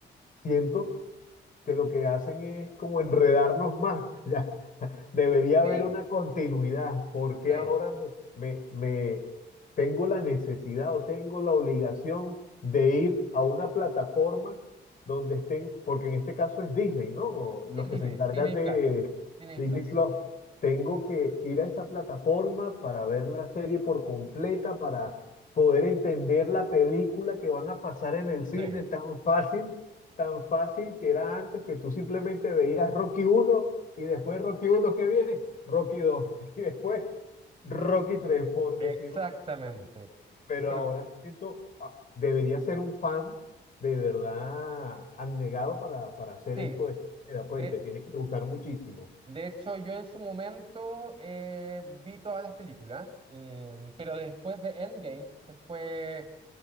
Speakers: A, on the left; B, on the right.
A: siento que lo que hacen es como enredarnos más. <laughs> Ya, Debería
B: Sí,
A: haber una continuidad. porque
B: sí,
A: ahora me, me- me- tengo la necesidad o tengo la obligación de ir a una plataforma donde estén, porque en este caso es Disney, ¿no? Los
B: sí, Disney,
A: que se encargan
B: Disney
A: de
B: Plus, Disney
A: Disney
B: Plus.
A: Plus. Tengo que ir a esa plataforma para ver la serie por completa, para poder entender la película que van a pasar en el cine
B: Sí, e-
A: tan fácil tan fácil que era antes que tú simplemente veías Rocky uno y después Rocky uno que viene, Rocky 2 <laughs> y después Rocky tres por decirlo.
B: exactamente.
A: Pero
B: Bueno,
A: ahora siento, ah, debería ser un fan de verdad abnegado para, para hacer
B: sí.
A: esto de esta manera,
B: De,
A: pues, y te tiene que gustar muchísimo.
B: De hecho, yo en su momento eh, vi todas las películas, em, pero después de Endgame, que fue,